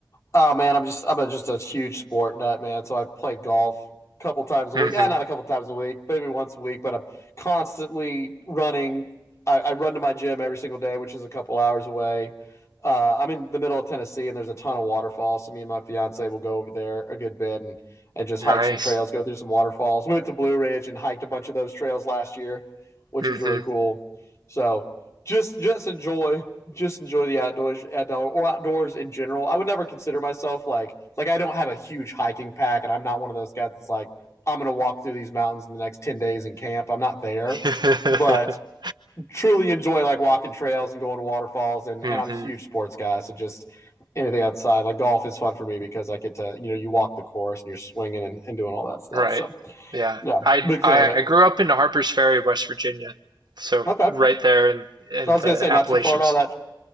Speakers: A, on the left; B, on the right.
A: Oh man, I'm just I'm a, just a huge sport nut, man. So I play golf a couple times
B: hmm
A: a week. Yeah, not a couple times a week, maybe once a week, but I'm constantly running. I, I run to my gym every single day, which is a couple hours away. Uh, I'm in the middle of Tennessee, and there's a ton of waterfalls. So me and my fiance will go over there a good bit and and just hike
B: Nice.
A: some trails, go through some waterfalls. We went to Blue Ridge and hiked a bunch of those trails last year, which
B: Mhm.
A: was really cool. So just just enjoy just enjoy the outdoors, outdoor or outdoors in general. I would never consider myself like like I don't have a huge hiking pack, and I'm not one of those guys that's like I'm gonna walk through these mountains in the next ten days and camp. I'm not there,
B: <laughs>
A: but truly enjoy like walking trails and going to waterfalls, and
B: hmm
A: and I'm a huge sports guy, so just anything outside like golf is fun for me because I get to you know you walk the course and you're swinging and, and doing all that stuff.
B: Right.
A: So
B: Yeah.
A: yeah,
B: I,
A: big fan
B: I
A: of it.
B: I grew up in Harpers Ferry, West Virginia. So
A: Okay,
B: right there in in
A: so I was
B: the
A: gonna say not
B: Appalachians.
A: too far at all. That